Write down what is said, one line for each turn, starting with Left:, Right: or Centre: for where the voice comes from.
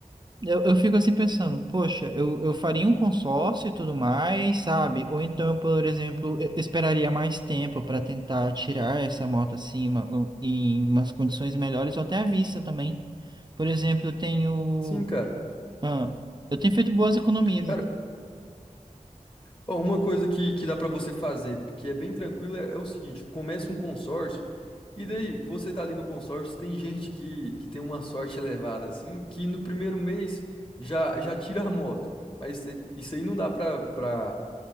Right: Eu, eu fico assim pensando, poxa, eu, eu faria um consórcio e tudo mais, sabe? Ou então, por exemplo, eu esperaria mais tempo para tentar tirar essa moto acima ou em umas condições melhores ou até à vista também. Por exemplo, eu tenho.
Left: Sim, cara.
Right: ah, eu tenho feito boas economias
Left: Cara, ó, uma coisa que, que dá pra você fazer, que é bem tranquilo, é, é o seguinte: começa um consórcio, e daí você tá ali no consórcio, tem gente que, que tem uma sorte elevada, assim, que no primeiro mês já, já tira a moto. Mas eh, isso aí não dá pra, pra